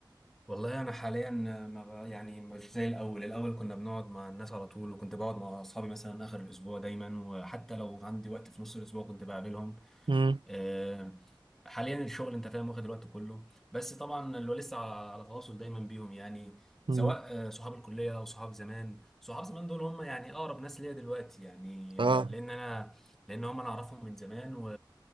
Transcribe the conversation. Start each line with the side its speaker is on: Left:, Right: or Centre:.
Centre: والله انا حاليا ما ب... يعني مش زي الاول الاول كنا بنقعد مع الناس على طول وكنت بقعد مع اصحابي مثلا اخر الاسبوع دايما وحتى لو عندي وقت في نص الاسبوع كنت بقابلهم
Right: امم
Centre: آه، حاليا الشغل انت فاهم واخد الوقت كله بس طبعا اللي هو لسه على تواصل دايما بيهم يعني
Right: امم
Centre: سواء آه، صحاب الكليه او صحاب زمان صحاب زمان دول هم يعني اقرب ناس ليا دلوقتي يعني
Right: اه
Centre: آه، لان انا لان هم انا اعرفهم من زمان و